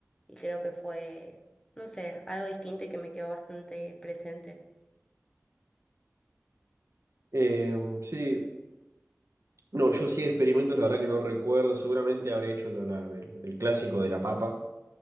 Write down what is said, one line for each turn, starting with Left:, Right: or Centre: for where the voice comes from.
Left: Y creo que fue, no sé, algo distinto y que me quedó bastante presente.
Right: Eh, sí, no, yo sí experimentos, la verdad que no recuerdo, seguramente habré hecho lo- la- el, el clásico de la papa.